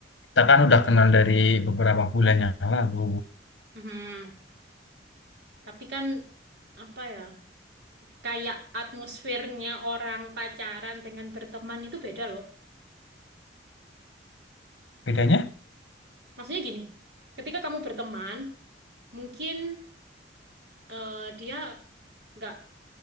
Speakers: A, on the left; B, on the right.
A: kita kan udah kenal dari beberapa bulan yang lalu.
B: Mhm. Tapi kan apa ya? Kayak atmosfernya orang pacaran dengan berteman itu beda loh.
A: Bedanya,
B: Ya Maksudnya gini, ketika kamu berteman, mungkin eh, dia nggak,